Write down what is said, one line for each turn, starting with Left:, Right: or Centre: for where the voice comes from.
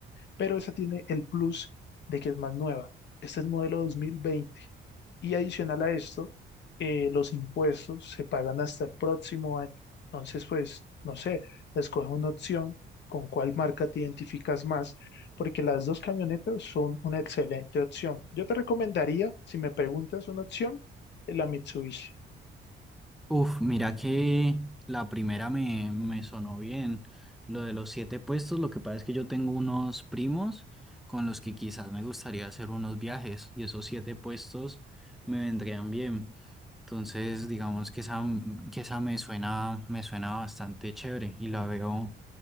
Left: pero esa tiene el plus de que es más nueva. Este es modelo 2020. Y adicional a esto, eh, los impuestos se pagan hasta el próximo año. Entonces, pues, no sé, escoge una opción con cuál marca te identificas más, porque las dos camionetas son una excelente opción. Yo te recomendaría, si me preguntas una opción, la Mitsubishi.
Centre: Uf, mira que la primera me, me sonó bien. Lo de los siete puestos, lo que pasa es que yo tengo unos primos con los que quizás me gustaría hacer unos viajes y esos siete puestos me vendrían bien. Entonces, digamos que esa, que esa me suena, me suena bastante chévere y la veo,